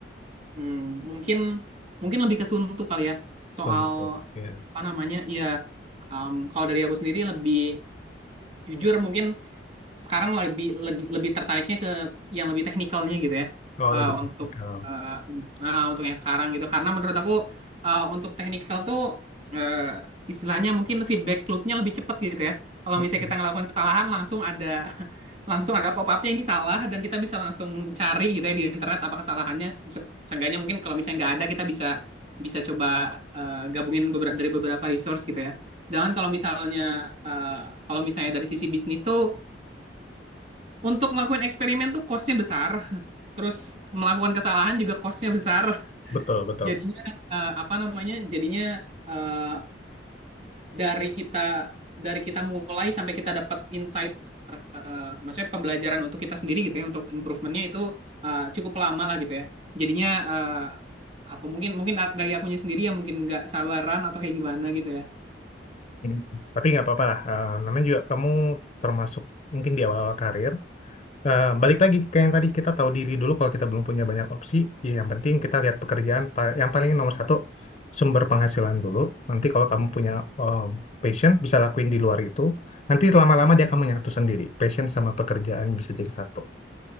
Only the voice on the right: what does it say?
hmm, mungkin mungkin lebih ke suntuk kali ya
soal
apa namanya ya em, kalau dari aku sendiri lebih jujur mungkin sekarang lebih lebih lebih tertariknya ke yang lebih teknikalnya gitu ya
Eh,
untuk
eh, eh, untuk yang sekarang gitu karena menurut aku eh, untuk teknikal tuh eh, istilahnya mungkin feedback loopnya lebih cepat gitu ya kalau
misalnya kita ngelakukan kesalahan langsung ada <laughs> langsung ada pop-upnya ini salah dan kita bisa langsung cari gitu ya di internet apa kesalahannya Se- seenggaknya mungkin kalau misalnya nggak ada kita bisa bisa coba eh, gabungin beberapa dari beberapa resource gitu ya sedangkan kalau misalnya eh, kalau misalnya dari sisi bisnis tuh untuk ngelakuin eksperimen tuh costnya besar. <laughs> Terus melakukan kesalahan juga costnya besar.
Jadinya eh, apa namanya? Jadinya eh, dari kita dari kita mulai sampai kita dapat insight, eh, maksudnya pembelajaran untuk kita sendiri gitu ya, untuk improvementnya itu eh, cukup lama lah gitu ya. Jadinya eh, apa mungkin mungkin dari akunya sendiri yang mungkin nggak sabaran atau kayak gimana gitu ya.